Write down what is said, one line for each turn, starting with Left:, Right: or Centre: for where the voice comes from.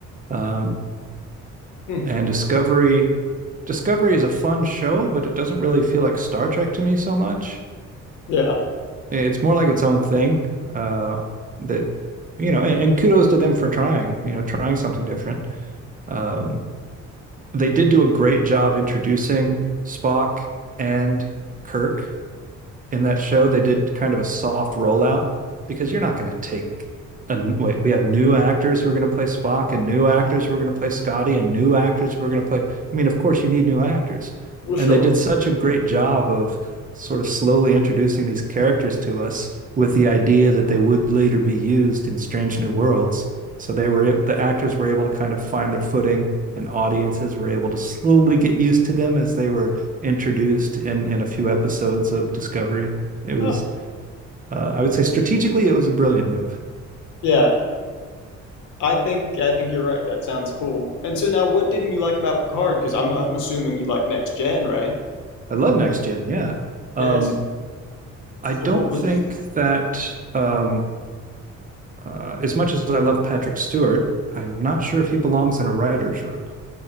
Right: Um,
Left: Hmm.
Right: and Discovery, Discovery is a fun show, but it doesn't really feel like Star Trek to me so much.
Left: Yeah.
Right: It's more like its own thing. Uh, that you know, and, and kudos to them for trying. You know, trying something different. Um, they did do a great job introducing Spock and Kirk in that show, they did kind of a soft rollout because you're not going to take a wait. We have new actors who are going to play Spock and new actors who are going to play Scotty and new actors who are going to play. I mean, of course, you need new actors.
Left: Well,
Right: And
Left: sure.
Right: they did such a great job of sort of slowly introducing these characters to us with the idea that they would later be used in Strange New Worlds. So they were the actors were able to kind of find their footing and audiences were able to slowly get used to them as they were introduced in in a few episodes of Discovery. It was,
Left: Huh.
Right: uh, I would say, strategically, it was a brilliant move.
Left: Yeah. I think I think you're right. That sounds cool. And so now, what didn't you like about Picard? Because I'm I'm assuming you like Next Gen, right?
Right: I love Next Gen, yeah. Um,
Left: Yes.
Right: I
Left: So
Right: don't
Left: what was?
Right: think that um, uh, as much as I love Patrick Stewart, I'm not sure if he belongs in a writer's room.